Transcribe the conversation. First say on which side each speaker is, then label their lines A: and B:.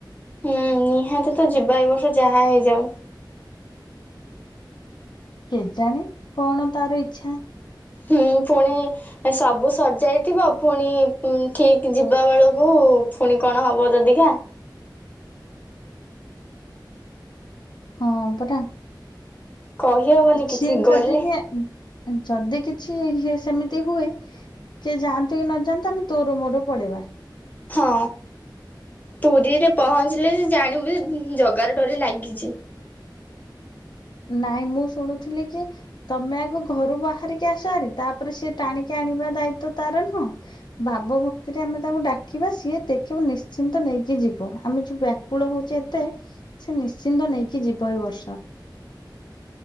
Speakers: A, on the left (about 20°); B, on the left (about 70°).
A: ହୁଁ ନିହାତି ତ ଯିବା ଏ ବର୍ଷ ଯାହା ହେଇଯାଉ।
B: କେଜାଣି କଣ ତାର ଇଛା।
A: ହୁଁ ପୁଣି ସବୁ ସରିଯାଇଥିବ ପୁଣି ଠିକ୍ ଯିବା ବେଳକୁ ପୁଣି କଣ ହବ ଜଦିିକା।
B: ହଁ ପରା
A: କହିହବନି କିଛି
B: ସିଏ
A: ଗଲେ
B: ଯଦି ବେ ଯଦି କିଛି ଇଏ ସେମିତି ହୁଏ। କିଏ ଯାଆନ୍ତୁ କି ନ ଯାଆନ୍ତୁ ଆମେ ତୋର ମୋର ପଳେଇବା।
A: ହଁ ପୁରୀରେ ପହଞ୍ଚିଲେ ଯେ ଜାଣିବୁ ଜଗାର ଡୋରି ଲାଗିଚି।
B: ନାଇଁ ମୁଁ ଶୁଣୁଥିଲି କି। ତମେ ଆଗ ଘରୁ ବାହାରିକି ଆସହରି ତାପରେ ସେ ଟାଣିକି ଆଣିବା ଦାୟିତ ତାର ନୁହଁ। ଭାବ ଭକ୍ତିରେ ଆମେ ତାକୁ ଡାକିବା ସିଏ ଦେଖିବୁ ନିଶ୍ଚିନ୍ତ ନେଇକି ଯିବ ଆମେ ଯିବା। ବ୍ୟାକୁଳ ହଉଛି ଏତେ ସେ ନିଶ୍ଚିନ୍ତ ନେଇକି ଯିବ ଏଇ ବର୍ଷ।